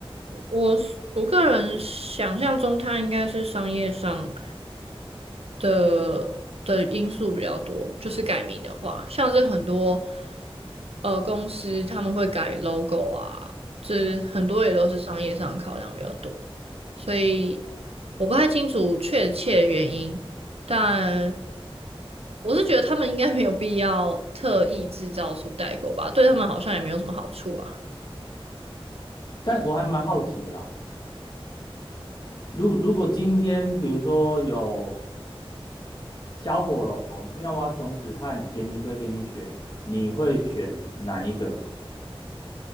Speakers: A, on the right (about 80°); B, on the left (about 50°).
A: 我是我个人想象中，他应该是商业上。的的因素比较多，就是改名的话，像是很多呃公司他们会改 logo 啊，这很多也都是商业上的考量比较多，所以我不太清楚确切的原因，但我是觉得他们应该没有必要特意制造出代购吧，对他们好像也没有什么好处啊。
B: 但我还蛮好奇的啦，如果如果今天比如说有小火龙、妙蛙种子和杰尼龟给你选，你会选哪一个？